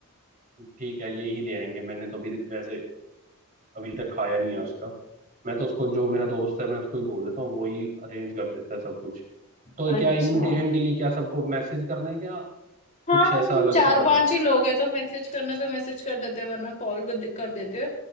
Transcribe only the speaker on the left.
अच्छा
हाँ
हम
चार
पांच
ही लोग हैं तो मैसेज करना तो मैसेज कर देते हैं वरना कॉल कर देते हैं